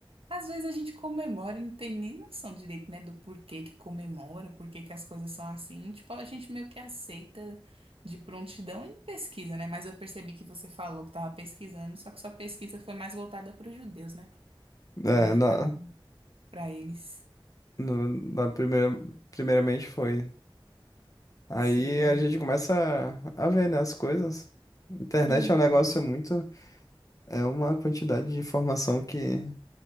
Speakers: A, on the right; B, on the left.
A: Às vezes a gente comemora e não tem nem noção direito, né, do porquê que comemora, porquê que as coisas são assim. Tipo, a gente meio que aceita de prontidão e pesquisa, né? Mas eu percebi que você falou que tava pesquisando, só que sua pesquisa foi mais voltada para os judeus, né?
B: É,
A: Significado
B: na,
A: para eles,
B: no- na primeira, primeiramente foi. Aí
A: sim.
B: a gente começa a, a ver, né, as coisas. Internet
A: Uhum,
B: é um negócio muito. É uma quantidade de informação que